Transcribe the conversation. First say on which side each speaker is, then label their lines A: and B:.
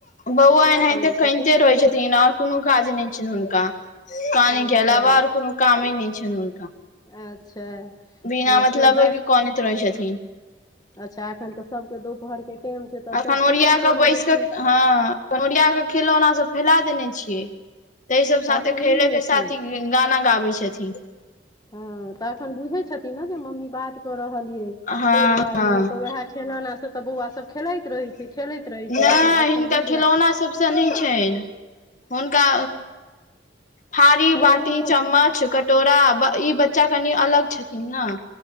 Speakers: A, on the left; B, on the left.
A: बौआ
B: किया
A: एनाहिते
B: कनै छथिन
A: कनिते रहै छथिन, आओर कोनो काज नहि छ हुनका। कान
B: अच्छा
A: अलावा, आर कोनो कामे नहि छनि हुनका।
B: अच्छा!
A: बिना
B: देखियौ
A: मतलब
B: दा
A: के कोनैत रहै छथिन।
B: अच्छा! एखन तऽ सभके दुपहरके टाइम छै, तऽ
A: अखन
B: सभ
A: ओरिया
B: सुतन परल
A: कऽ बैस
B: हेथिन।
A: कऽ हँ, ओरिया के खेलौना सब फैला देने छियै। तऽ सब साथे
B: एखन
A: खेले
B: नहि लेथिन
A: के साथी गाना गाबै छथिन।
B: हँ। तऽखन बुझे छथिन ने जे, मम्मी बात कऽ रहलिये,
A: हँ
B: ताहि दुआरे
A: हँ
B: ने तऽ वएह ख तऽ बौआ सब खेलाइत रहै छै, खेलैत रहै
A: नहि
B: छै, लेकिन अखन
A: हिनका
B: बुझ
A: खिलौना सबसँ नहि छनि हुनका थारी
B: कनि
A: -बाटी
B: लऽ कऽ
A: चम्मच कट टोरा ब् ई बच्चा कनि अलग छथिन ने।